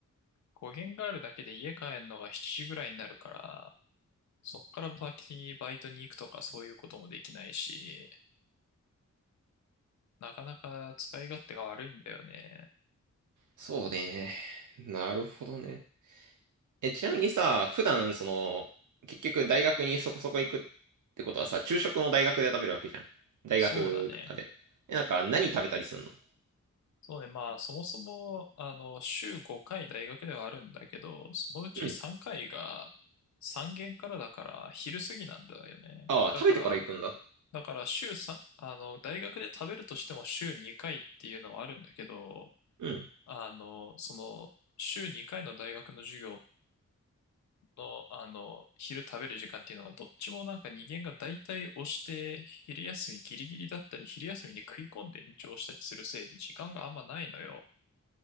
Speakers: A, on the left; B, on the right.
A: 語源があるだけで家帰るのが7時ぐらいになるから、そっから先にバイトに行くとかそういうこともできないし、なかなか使い勝手が悪いんだよね。
B: そうね。なるほどね。え、ちなみにさ、普段、その、結局大学にそこそこ行くってことはさ、昼食も大学で食べるわけじゃん。大学で。
A: そうだね。
B: え、なんか何食べたりすんの
A: そうね、まあそもそも、あの、週5回大学ではあるんだけど、そのうち3回が
B: うん。
A: 3限からだから昼過ぎなんだよね。
B: ああ、
A: だから、
B: 食べてから行くんだ。
A: だから週3、あの、大学で食べるとしても週2回っていうのはあるんだけど、
B: うん。
A: あの、その、週2回の大学の授業の、あの、昼食べる時間っていうのがどっちもなんか人間が大体押して、昼休みギリギリだったり、昼休みに食い込んで延長したりするせいで時間があんまないのよ。